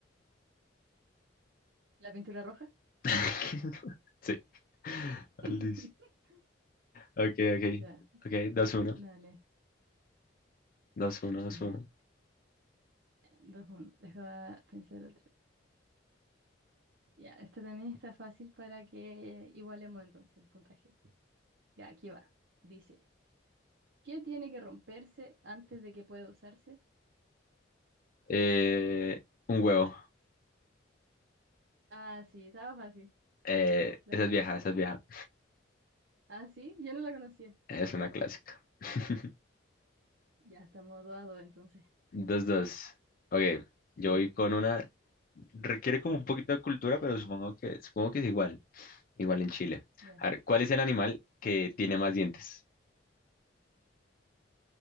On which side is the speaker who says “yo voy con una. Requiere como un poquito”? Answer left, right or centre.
Left